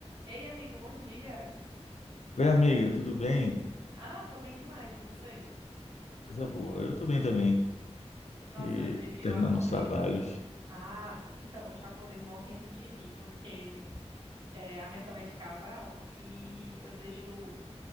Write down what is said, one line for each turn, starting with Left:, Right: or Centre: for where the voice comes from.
Right: Ei, amigo, bom dia.
Left: Oi, amiga, tudo bem?
Right: Ah, tô bem demais. E você?
Left: Coisa boa. Eu tô bem também.
Right: Nossa,
Left: Que...
Right: hoje eu
Left: Terminando
Right: acordei.
Left: uns trabalhos.
Right: Ah, então, hoje eu acordei morrendo de rir, porque é, a minha cama é de casal e eu deixo.